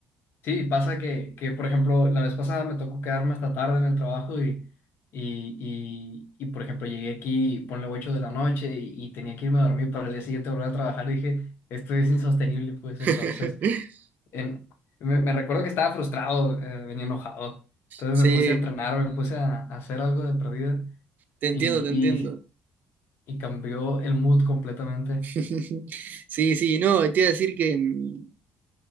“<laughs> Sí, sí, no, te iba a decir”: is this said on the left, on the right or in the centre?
Right